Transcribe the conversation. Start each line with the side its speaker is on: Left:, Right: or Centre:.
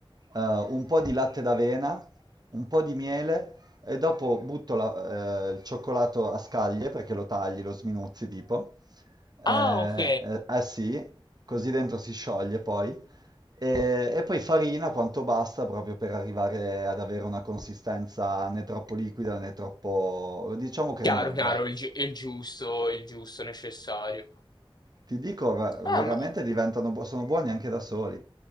Right: eh, un po' di latte d'avena, un po' di miele e dopo butto la- eh, il cioccolato a scaglie perché lo tagli, lo sminuzzi tipo. Eh,
Left: Ah, ok.
Right: eh, eh sì, così dentro si scioglie poi. E, e poi farina quanto basta proprio per arrivare ad avere una consistenza né troppo liquida né troppo, diciamo, cremosa.
Left: Chiaro, chiaro, il, gi- il giusto, il giusto necessario.
Right: Ti dico, va-
Left: Ah,
Right: veramente
Left: ma
Right: diventano, bu- sono buoni anche da soli.